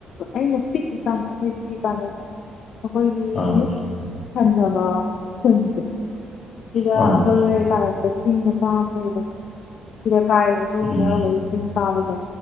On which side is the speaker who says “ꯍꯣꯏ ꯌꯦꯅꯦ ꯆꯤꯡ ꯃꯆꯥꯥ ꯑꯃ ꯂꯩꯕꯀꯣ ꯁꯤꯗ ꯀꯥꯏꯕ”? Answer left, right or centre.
Left